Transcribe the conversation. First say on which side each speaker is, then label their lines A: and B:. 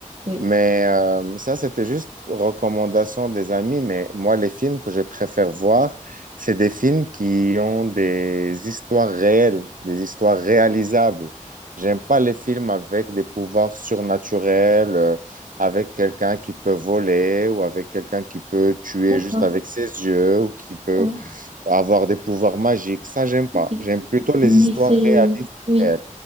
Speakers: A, on the right; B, on the right.
A: oui.
B: Mais euh, ça, c'était juste recommandation des amis. Mais moi, les films que je préfère voir, c'est des films qui ont des histoires réelles, des histoires réalisables. J'aime pas les films avec des pouvoirs surnaturels, euh, avec quelqu'un qui peut voler ou avec quelqu'un qui peut tuer
A: D'accord.
B: juste avec ses yeux ou qui peut
A: Ouais,
B: avoir des pouvoirs magiques. Ça, j'aime pas.
A: ok.
B: J'aime plutôt les
A: Mais
B: histoires
A: c'est
B: réalistes.
A: oui.
B: réelles.